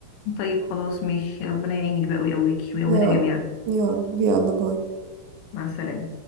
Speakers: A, on the left; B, on the right.
A: طيب خلاص ماشي ربنا يعينك بقى ويقويكي ويقوينا
B: يا
A: جميعا
B: رب يا رب يلا باي
A: مع السلامة